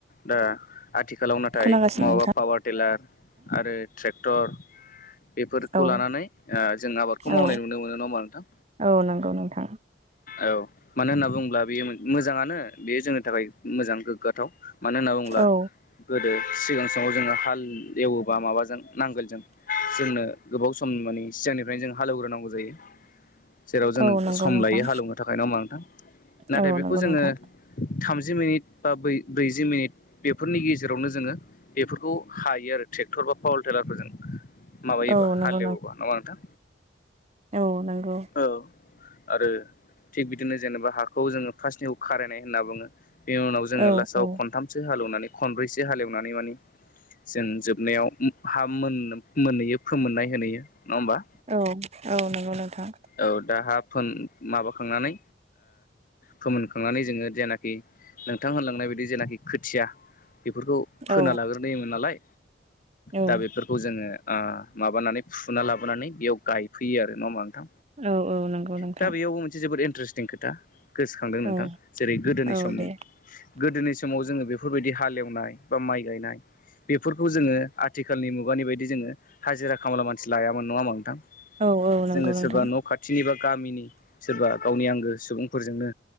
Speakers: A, on the left; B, on the right.
A: दा आथिखालाव नाथाय
B: खोनागासिनो
A: महाबा
B: नोंथां
A: पावार टिलार आरो ट्रेक्टर बेफोरखौ
B: औ
A: लानानै जों आबादखौ मावनाय
B: औ
A: नुनो मोनो नङा होमबा नोंथां
B: औ नंगौ नोंथां
A: औ मानो होनना बुङोब्ला बेयो मोजाङानो बेयो जोंनि थाखाय मोजां गोग्गाथाव मानो होनना बुङोब्ला
B: औ
A: गोदो सिगां समाव जोङो हाल हाल एवोबा माबाजों नांगोलजों जोंनो गोबाव सम माने सिगांनिफ्रायनो जों हालेवग्रोनांगौ जायो जेराव जों
B: औ नंगौ
A: सम
B: नोंथां
A: लायो हालेवनो थाखाय नङ होमबा नोंथां नाथाय
B: औ
A: बेखौ
B: नंगौ
A: जोङो
B: नोंथां
A: थामजि मिनिट बा ब्रैजि मिनिट बेफोरनि गेजेरावनो जोङो बेफोरखौ हायो आरो ट्रेक्टर बा पावार टेलारफोर जों माबायोबा
B: औ नंगौ
A: हालेवोबा नङा नोंथां
B: औ नंगौ
A: औ आरो थिग बिदिनो जेनेबा हाखौ जोङो फार्स्टनि खारायनाय होनना बुङो बेनि उनाव जोङो
B: औ
A: लास्टाव
B: औ
A: खनथामसो हालेवनानै खनब्रैसो हालेवनानै मानि जों जोबनायाव हा मोन मोनहैयो फोमोननाय होनहैयो नङा होमबा
B: औ औ नंगौ नोंथां
A: औ दाहा फोन माबाखांनानै फोमोनखांनानै जोङो जेनाखि नोंथां होनलांनाय बायदि जेनाखि खोथिया बेफोरखौ फोना
B: औ
A: लाग्रोयोमोन नालाय
B: औ
A: दा बेफोरखौ जोङो माबानानै फुना लाबोनानै बेयाव गायफैयो आरो नङा होनबा
B: औ औ नंगौ नोंथां
A: दा बेयावबो मोनसे जोबोद इन्टारेस्टिं खोथा गोसोखांदों नोंथां
B: औ
A: जेरै गोदोनि
B: औ
A: समनि
B: दे
A: गोदोनि समाव जोङो बेफोरबायदि हालेवनाय बा माइ गायनाय बेफोरखौ जोङो आथिखालनि मुगानि बायदि जोङो हाजिरा खामला मानसि लायामोन नङा होनबा नोंथां
B: औ औ
A: जोङो
B: नंगौ नोंथां
A: सोरबा न' खाथिनि बा गामिनि सोरबा गावनि आंगो सुबुंफोरजोंनो